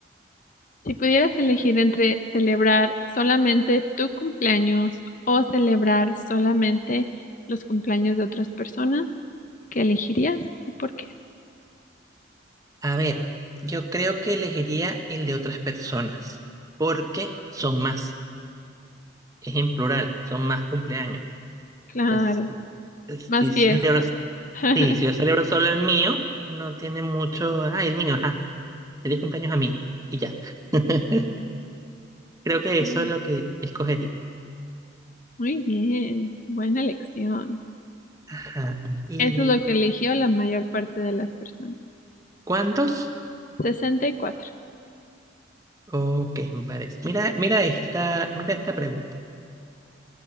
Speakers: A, on the left; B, on the right.
A: si pudieras elegir entre celebrar solamente tu cumpleaños o celebrar solamente los cumpleaños de otras personas, ¿qué elegirías y por qué?
B: A ver, yo creo que elegiría el de otras personas, porque son más, es en plural, son más cumpleaños.
A: Claro,
B: Entonces,
A: más
B: si,
A: fiesta.
B: si celebro,
A: <laughs>
B: sí, si yo celebro solo el mío, no tiene mucho, ah, el mío, ajá, feliz cumpleaños a mí, y ya. <laughs> Creo que eso
A: Mm,
B: es lo que escogería.
A: Muy bien, buena elección.
B: Ajá. ¿Y
A: Eso es lo que eligió la mayor parte de las personas. sí.
B: cuántos?
A: sesenta y cuatro.
B: Ok, me parece. Mira, mira esta, mira esta pregunta.